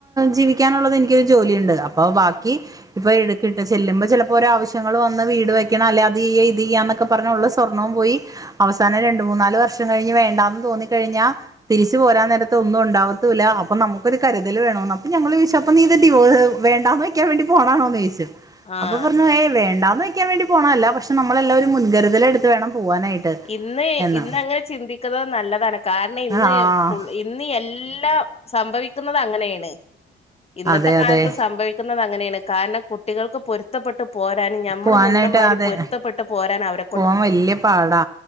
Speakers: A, on the right; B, on the left.
A: ജീവിക്കാനുള്ളത് എനിക്കൊരു ജോലിയുണ്ട് അപ്പൊ ബാക്കി ഇപ്പൊ എടുക്കിട്ട് ചെല്ലുമ്പോ ചെലപ്പോ ഒരാവശ്യങ്ങള് വന്ന് വീട് വെക്കണം അല്ലാതെ ഈ <unintelligible> പറഞ്ഞുള്ള സ്വർണ്ണോം പോയി അവസാനം രണ്ട് മൂന്നാല് വർഷം കഴിഞ്ഞ് വേണ്ടാന്ന് തോന്നിക്കഴിഞ്ഞാ തിരിച്ചു പോരാൻ നേരത്ത് ഒന്നും ഒണ്ടാവത്തൂല്ല അപ്പൊ നമുക്കൊരു കരുതൽ വേണോന്ന് അപ്പ ഞങ്ങള് ചോയിച്ചു അപ്പം നീത് ഡിവോ വേണ്ടാന്ന് വെക്കാൻ വേണ്ടി പോണാണോന്ന് ചോദിച്ചത്
B: ആഹ്
A: അപ്പൊ പറഞ്ഞു ഏയ് വേണ്ടാന്ന് വക്കാൻ വേണ്ടി പോണഅല്ല പക്ഷെ നമ്മളെല്ലാം ഒരു മുൻകരുതലെടുത്ത് എടുത്ത് വേണം പോവാനായിട്ട്
B: ഇന്ന്
A: എന്ന്
B: ഇന്ന് അങ്ങനെ ചിന്തിക്കുന്നത് നല്ലതാണ് കാരണം ഇന്ന്
A: ആഹ്
B: ഫുൾ ഈ ഇന്ന് എല്ലാം സംഭവിക്കുന്നത് അങ്ങനെയാണ് ഇന്നത്തെ
A: അതെ
B: കാലത്ത്
A: അതെ
B: സംഭവി അങ്ങനെയാണ് കാരണം കുട്ടികൾക്ക് പൊരുത്തപ്പെട്ട് പോരാനും ഞമ്മള്
A: പോവാനായിട്ട്
B: നിന്നമാതിരി
A: അതെ
B: പൊരുത്തപ്പെ ട്ട് പോരാൻ അവരൊ
A: പോവാൻ വല്യ പാടാ